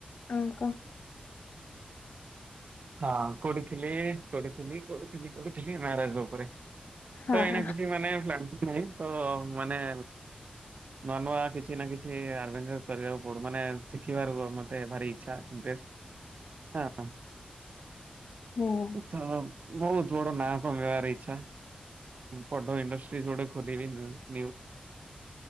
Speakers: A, on the left (about 60°); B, on the right (about 50°).
A: ହଉ କହ।
B: ହଁ କଉଠିଥିଲି-କଉଠିଥିଲି-କଉଠିଥିଲି ମ୍ୟାରେଜ ଉପରେ।
A: ହଁ
B: ତ ଏଇନା କିଛି ମାନେ ପ୍ଲାନିଙ୍ଗ ନାହିଁ ତ ମାନେ ନୂଆ ନୂଆ କିଛି ନା କିଛି ଅର୍ଭେଞ୍ଚର କରିବାକୁ ପଡୁ ମାନେ ଶିଖିବାର ମତେ ଭାରି ଇଚ୍ଛା ଇଣ୍ଟରେଷ୍ଟ। ହଁ-ହଁ।
A: ହଁ
B: ତ ବହୁତ ବଡ ନାଁ କମେଇବାରେ ଇଚ୍ଛା। ବଡ଼ ଇଣ୍ଡଷ୍ଟ୍ରି ଗୋଟେ ଖୋଲିବି ନ୍ୟୁ।